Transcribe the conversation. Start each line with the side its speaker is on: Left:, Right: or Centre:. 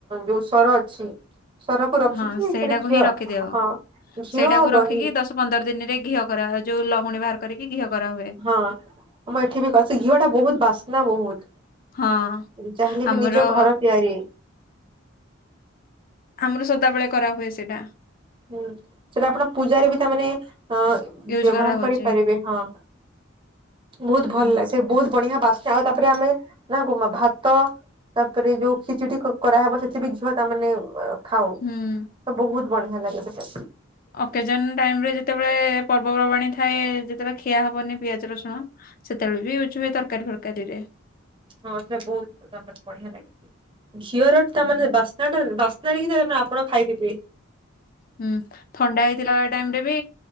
Right: ଯୋଉ ସର ଅଛି ସରକୁ ରଖିକି
Left: ହଁ ସେଇଟାକୁ
Right: ସେଟା ଘିଅ
Left: ହିଁ ରଖିଦିଅ?
Right: ହଁ ଘିଅ
Left: ସେଇଟାକୁ
Right: ଆଉ
Left: ରଖିକି
Right: ଦହି
Left: ଦଶ ପନ୍ଦର ଦିନରେ ଘିଅ କରାହୁଏ, ଯୋଉ ଲହୁଣୀ ବାହାର କରିକି ଘିଅ କରା ହୁଏ।
Right: ହଁ ମୁଁ ଏଠି ବି କରିଚି, ଘିଅ ଟା ବହୁତ ବାସ୍ନା ବହୁତ।
Left: ହଁ
Right: ଯାହାହେଲେ ବି
Left: ଆମର
Right: ନିଜ ଘର ତିଆରି
Left: ଆମର ସଦାବେଳେ କରା ହୁଏ ସେଇଟା।
Right: ହୁଁ ସେଇଟା ଆପଣ ପୂଜାରେ ବି ତା ମାନେ ଅ ବ୍ୟବହାର
Left: ୟୁଜ କରା ହଉଛି
Right: କରିପାରିବେ, ହଁ ବହୁତ
Left: ହୁଁ
Right: ଭଲ ଲାଗେ, ସେ ବହୁତ ବଢିଆ ବାସ୍ନା ହୁଏ, ତାପରେ ଆମେ ନା ଭାତ ତାପରେ ଯୋଉ ଖିଚିଡି କରାହେବ ସେଥି ବିି ଘିଅଟା ମାନେ ଅ ଖାଉ,
Left: ହୁଁ
Right: ସବୁ ବହୁତ ବଢିଆ ଲାଗେ ସେଟା।
Left: ଅକେଜନ ଟାଇମ୍ ରେ ଯେତେବେଳେ, ପର୍ବପର୍ବାଣୀ ଥାଏ ଯେତେବେଳେ ଖିଆ ହବନି ପିଆଜ ରସୁଣ, ସେତେବେଳେ ବି ୟୁଜ୍ ହୁଏ ତରକାରୀ ଫରକାରୀ ରେ
Right: ହଁ ସେଇଟା ବହୁତ ବଢିଆ ଲାଗେ, ଘିଅର ତାମାନେ
Left: ହୁଁ।
Right: ବାସ୍ନା ନା ନା ବାସ୍ନାରେ ଆପଣ ଖାଇଦେବେ।
Left: ହୁଁ ଥଣ୍ଡା ହେଇଥିଲା ଟାଇମ ରେ ବି